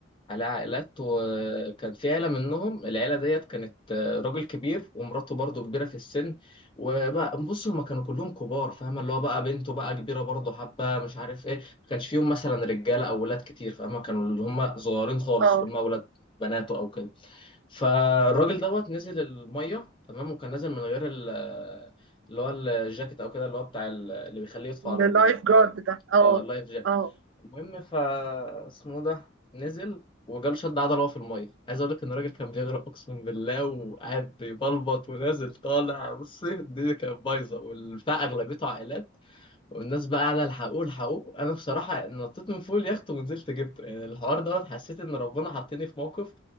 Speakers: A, on the left (about 25°); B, on the right (about 70°).
A: عليه عائلات وكان في عيلة منهم العيلة ديت كانت آه، راجل كبير ومراته برضه كبيرة في السن وبقى بص هما كانوا كلهم كبار فاهمة اللي هو بقى بنته بقى كبيرة برضه حبة مش عارف ايه ما كانش فيهم مثلا رجالة أو ولاد كتير فاهمة كانوا اللي هما صغيرين خالص
B: اه
A: اللي هما ولاد بناته أو كده فالراجل دوت نزل الميه تمام وكان نازل من غير ال- اللي هو الجاكيت او كده اللي هو بتاع ال- اللي بيخليه يطفو
B: اللايف
A: على الميه
B: جارد ده اه
A: اه اللايف جاكيت
B: اه
A: المهم ف اسمه ده نزل وجاله شد عضله وهو في الميه عايز اقول لك ان الراجل كان بيغرق اقسم بالله وقاعد بيبلبط ونازل طالع بص الدنيا كانت بايظه والبتاع اغلبيته عائلات والناس بقى قاعدة الحقوه الحقوه انا بصراحة نطيت من فوق اليخت ونزلت جبته يعني الحوار دوت حسيت ان ربنا حطني في موقف